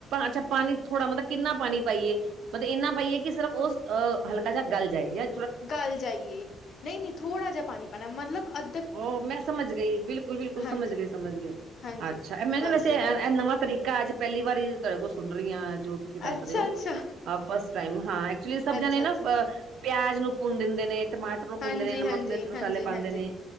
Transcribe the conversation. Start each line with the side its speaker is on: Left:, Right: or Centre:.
Right: ਅੱਛਾ ਪਾਣੀ ਥੋੜ੍ਹਾ ਮਤਲਬ ਕਿੰਨਾ ਪਾਣੀ ਪਾਈਏ। ਮਤਲਬ ਇੰਨਾ ਪਾਈਏ ਕਿ ਸਿਰਫ ਉਹ ਅ ਹਲਕਾ ਜਿਹਾ ਗਲ ਜਾਏ ਜਾ
Left: ਗੱਲ ਜਾਈਏ ਨਹੀਂ -ਨਹੀਂ ਥੋੜ੍ਹਾ ਜਿਹਾ ਪਾਣੀ ਪਾਉਣਾ ਮਤਲਬ ਅੱ
Right: ਉਹ ਮੈਂ ਸਮਝ ਗਈ ਬਿਲਕੁਲ- ਬਿਲਕੁਲ
Left: ਹਾਂਜੀ
Right: ਸਮਝ ਗਈ -ਸਮਝ ਗਈ।
Left: ਹਾਂਜੀ
Right: ਅੱਛਾ ਮੈਂ
Left: ਬਸ
Right: ਨਾ ਵੈਸੇ ਇਹ ਨਵਾਂ ਤਰੀਕਾ ਅੱਜ ਪਹਿਲੀ ਵਾਰੀ ਤੁਹਾਡੇ ਕੋਲ ਸੁਣ ਰਹੀ ਹਾਂ ਜੋ ਤੁਸੀਂ ਦੱਸ
Left: ਅੱਛਾ
Right: ਰਹੇ ਹੋ
Left: ਅੱਛਾ
Right: ਫਸਟ ਟਾਈਮ ਹਾਂ ਐਕਚੁਲੀ ਸਭ
Left: ਅੱਛਾ
Right: ਜਾਣੇ
Left: ਅੱਛਾ
Right: ਨਾ ਅ ਪਿਆਜ ਨੂੰ ਭੁੰਨ ਦਿੰਦੇ ਨੇ ਟਮਾਟਰ ਨੂੰ ਭੁੰਨਦੇ
Left: ਹਾਂਜੀ
Right: ਨੇ
Left: ਹਾਂਜੀ
Right: ਨਮਕ ਮਿਰਚ ਮਸਾਲੇ
Left: ਹਾਂਜੀ
Right: ਪਾਉਂਦੇ
Left: ਹਾਂਜੀ
Right: ਨੇ।